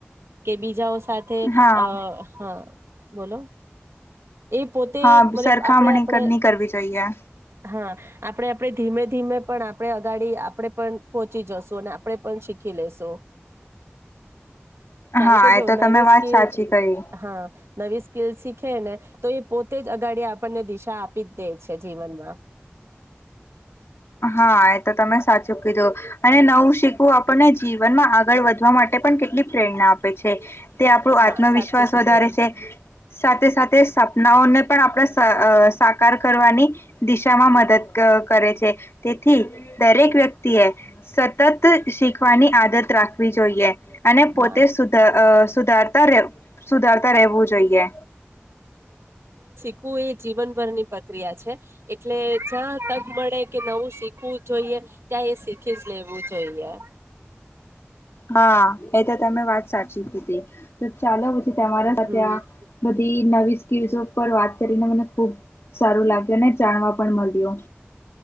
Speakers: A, on the right; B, on the left.
A: કે બીજા. સાથે
B: હા
A: અ હા. બોલો. એ પોતે
B: હા
A: મતલબ
B: સરખામણી
A: આપણે આપણે
B: ની કરવી જોઈએ
A: હા. આપણે આપણે ધીમે ધીમે પણ આપણે અગાડી આપણે. પણ પહોંચી જશુ અને આપડણે પણ શીખી લેશું. <unintelligible> <inaudible> કારણ
B: હા
A: કે જો
B: એ તો તમે
A: નવી
B: વાત
A: સ્કીલ
B: સાચી કરી
A: હા નવી સ્કીલ શીખે ને. તો એ પોતે જ. અગાડિયા આપણને દિશા આપી જ દે છે જીવનમાં.
B: હા એ તો તમે સાચું કીધું. અને નવું શીખવું આપણને જીવનમાં આગળ વધવા માટે પણ કેટલી પ્રેરણા આપે. તે આપણું
A: હા
B: આત્મવિશ્વાસ
A: સાચું કીધું
B: વધારે છે. સાથે સાથે સપનાઓને પણ આપણા. સાકાર કરવાની દિશામાં મદદ કરે છે. તેથી દરેક વ્યક્તિએ સતત શીખવાની આદત રાખવી જોઈએ. અને
A: હા
B: પોતે સુધ સુધારતા સુધારતા રહેવું જોઈએ.
A: આખું એ જીવનભરની પ્રક્રિયા છે એટલે જ્યાં. તક મળે કે નવું શીખવું જોઈએ. ત્યાં એ શીખી જ લેવું જોઈએ.
B: હા એ તો તમે વાત સાચી હતીી હતી તો ચાલો. તમારા સાથે
A: હમ
B: આ બધી નવી સ્કીસ પર વાત. કરીને મને ખૂબ. સારું લાગ્યું ને જાણવા પણ મળ્યો.